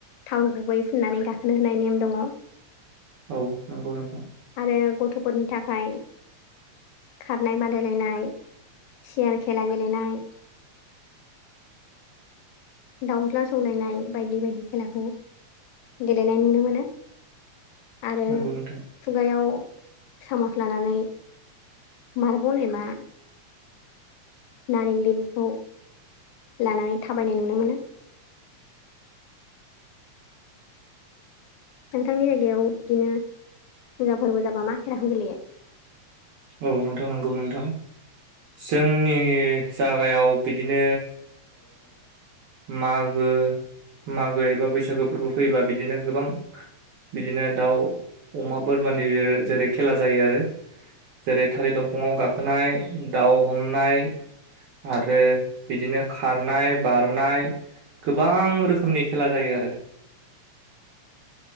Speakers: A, on the left; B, on the right.
A: थाव गुबै फुननानै गाखोनो होनाय नेम दङ
B: औ नंगौ नोंथां
A: आरो गथ'फोरनि थाखाय खारनाय बादायलायनाय सगयार खेला गेलेनाय दाउज्ला सौलायनाय बायदि बायदि खेलाखौ गेलेनाय नुनो मोनो आरो
B: नंगौ नोंथां
A: खुगायाव सामस लानानै मार्बल एबा नारें लेबुखौ लानानै थाबायनाय नुनो मोनो नोंथांमोननिथिं जायगायाव बिदिनो मोजां फोरबो जाबा मा खेलाखौ गेलेयो
B: औ नोंथां नंगौ नोंथां जोंनि जागायाव बिदिनो मागो मागो एबा बैसागो फोरबो फैयोब्लाा बिदिनो गोबां बिदिनो दाउ अमा बोरमानि जेरै खेला जायो आरो जेरै थालिर दंफाङाव गाखोनाय दाउ हमनाय आरो बिदिनो खारनाय बारनाय गोबां रोखोमनि खेला जायो आरो <inaudible>